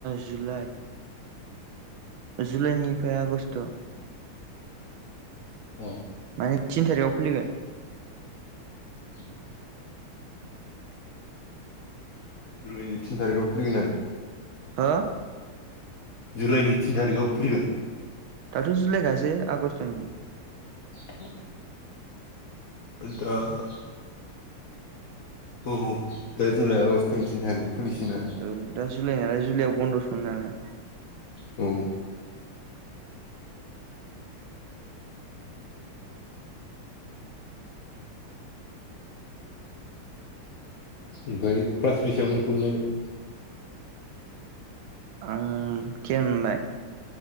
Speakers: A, on the right; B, on the left.
A: जुलाइ जुलाइनिफ्राय आगषट
B: औ
A: माने थिन थारिगाव खुलिगोन
B: ओम जुलाइनि थिन थारिगाव खुलिगोन आरो
A: हो
B: जुलाइनि थिन थारिगाव खुलिगोन
A: दाथ' जुलायखासो आगष्ट'नि
B: <inaudible> दा <unintelligible> औ दा जुलाइ आगष्ट'नि थिन थारिग खुलिसिगोन आरो
A: औ दा जुलाय नालाय जुलायाव बन्दसो मोनो नालाय
B: औ। ओमफाय क्लास बेसेबां मोनखोमोनलाय नों?
A: आं थेन मोनबाय